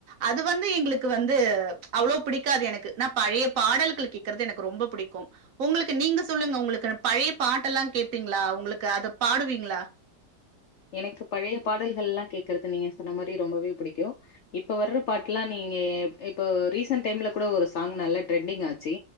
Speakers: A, on the right; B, on the left.
A: அது வந்து எங்களுக்கு வந்து அவ்ளோவ் புடிக்காது எனக்கு நா பழைய பாடல்கள் கேக்கற்து எனக்கு ரொம்ப புடிக்கு உங்களுக்கு நீங்க சொல்லுங்க உங்களுக்கு பழைய பாட்டெல்லா கேப்பீங்களா உங்களுக்கு அத பாடுவீங்ளா
B: எனக்கு பழைய பாடல்கள்லா கேக்கற்து நீங்க சொன்ன மாரி ரொம்பவே புடிக்கு இப்ப வர்ற பாட்டுல்லா நீங்க இப் இப்போ ரீசன்ட் டைம்ல கூட ஒரு சாங் நல்லா ட்ரெண்டிங் ஆச்சு